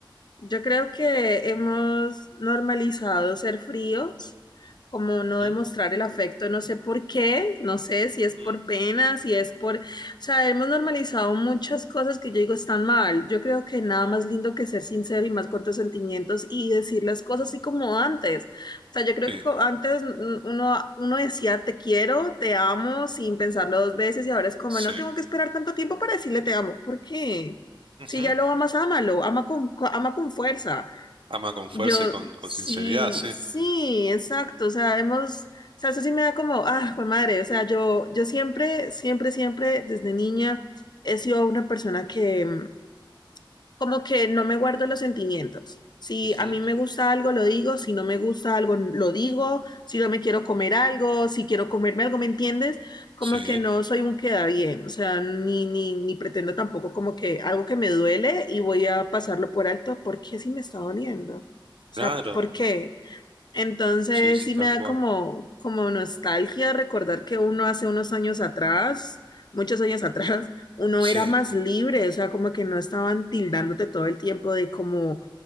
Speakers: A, on the left (about 55°); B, on the right (about 80°).
A: Yo creo que hemos normalizado ser fríos, como no
B: ¿Mm?
A: demostrar el afecto, no sé por qué, no sé si es por
B: Mm.
A: pena, si es por, o sea, hemos normalizado muchas cosas que yo digo están mal. Yo creo que nada más lindo que ser sincero y más con tus sentimientos y decir las cosas así como antes. O sea, yo creo
B: Sí,
A: que co- antes mm, uno, uno decía te quiero, te amo sin pensarlo dos veces y ahora es como
B: sí.
A: no tengo que esperar tanto tiempo para decirle te amo. ¿Por qué?
B: Ujú.
A: Si ya lo amas, ámalo, ama con, co- ama con fuerza.
B: Ama con
A: Yo,
B: fuerza y con, con
A: sí,
B: sinceridad, sí.
A: sí, exacto. O sea, hemos, o sea, eso sí me da como, ah, jue madre. O sea, yo, yo siempre, siempre, siempre, desde niña, he sido una persona que, como que no me guardo los sentimientos. Si
B: Ujú.
A: a mí me gusta algo, lo digo. Si no me gusta algo, lo digo. Si no me quiero comer algo, si quiero comerme algo, ¿me entiendes? Como
B: Sí.
A: que no soy un queda bien. O sea, ni, ni, ni pretendo tampoco como que algo que me duele y voy a pasarlo por alto. ¿Por qué si me está doliendo? O
B: Claro,
A: sea, ¿por qué? Entonces
B: sí, sí,
A: sí
B: tal
A: me da
B: cual.
A: como, como nostalgia recordar que uno hace unos años atrás, muchos años <laughs> atrás, uno
B: Sí,
A: era más libre, o sea, como que no estaban tildándote todo el tiempo de como,